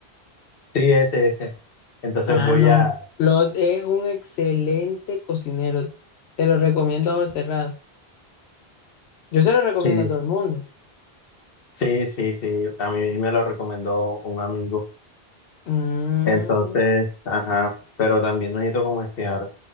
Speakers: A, on the left; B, on the left.
A: Sí, ese, ese. Entonces
B: Ah,
A: voy
B: no.
A: a...
B: Claude es un excelente cocinero. Te lo recomiendo a ojos cerrados. Yo se lo recomiendo
A: Sí,
B: a todo el mundo.
A: sí, sí, sí. A mí me lo recomendó un amigo.
B: Mm,
A: Entonces, ajá, pero también necesito como gestionar